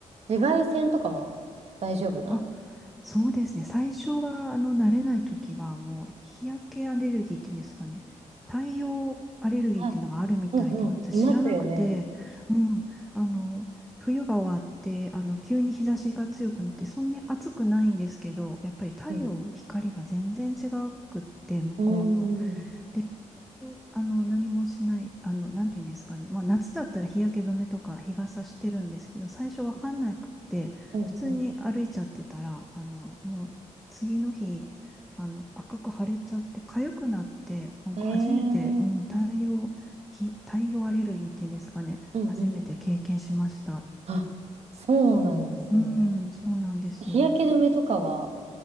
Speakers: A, on the right; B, in the centre.
A: 紫外線とかは大丈夫なんです
B: あ、そうですね。最初は、あの、慣れない時は、もう、日焼けアレルギーっていうんですかね。太陽アレルギーっていうのがあるみたいで、
A: かうんうん。
B: 私知らなくて、
A: いますよね。
B: うん、あの、冬が終わって、あの、急に日差しが強くなって、そんなに暑くないんですけど、やっぱり太陽、
A: うん。
B: 光が全然違くって、向こうの。
A: うーん。
B: で、普通に、あの、何もしない、あの、なんていうんですかね。まあ、夏だったら日焼け止めとか日傘してるんですけど、最初わかんなくって、
A: うんう
B: 普通に歩いちゃってたら、あの、もう、次の日、あの、赤く腫れちゃって、痒くなって、なんか初めて、
A: ん。
B: うん、太陽、
A: ええ
B: ひ太陽アレルギーっていうんですかね。
A: うんうん。
B: 初めて経験しました。
A: あ、そうなんですね。
B: うん、そうなんですよ。
A: 日焼け止めとかは